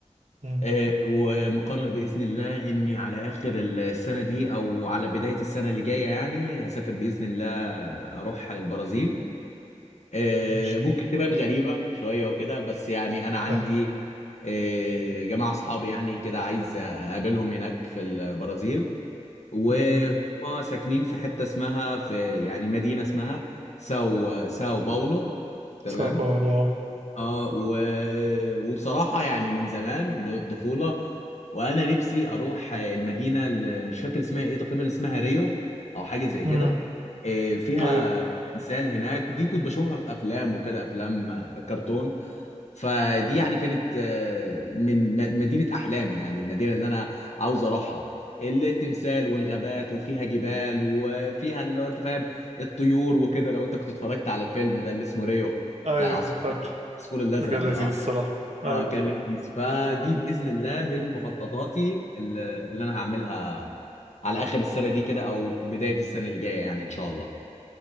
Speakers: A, on the right; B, on the left.
A: مم.
B: آه، ومقرر بإذن الله إني على آخر السنة دي أو على بداية السنة اللي جاية يعني هسافر بإذن الله أروح البرازيل آه،
A: مش-
B: ممكن تبان غريبة شوية وكده بس يعني أنا عندي
A: اهي
B: آه، جماعة أصحابي يعني كده عايز أقابلهم هناك في البرازيل وهم
A: مم.
B: ساكنين في حته اسمها في يعني مدينه اسمها ساو ساو باولو تمام
A: ساو باولو اه
B: اه و... وبصراحه يعني من زمان من الطفوله وانا نفسي اروح آه، المدينه اللي مش فاكر اسمها ايه تقريبا اسمها ريو او حاجه زي
A: أمم،
B: كده آه، فيها
A: ايوه
B: تمثال هناك دي كنت بشوفها في افلام وكده افلام آه، كرتون فدي يعني كانت آه، من م- مدينة أحلامي يعني المدينة اللي أنا عاوز أروحها التمثال والغابات وفيها جبال وفيها اللي هو أنت فاهم الطيور وكده لو أنت كنت اتفرجت على الفيلم ده اللي اسمه ريو
A: ايوه
B: بتاع العصفور
A: فاكر
B: العصفور الأزرق
A: مجال
B: ده
A: لذيذ
B: أه
A: الصراحة ايوه
B: أه كان لذيذ فدي بإذن الله من مخططاتي اللي اللي أنا هعملها على آخر السنة دي كده أو بداية السنة اللي جاية يعني إن شاء الله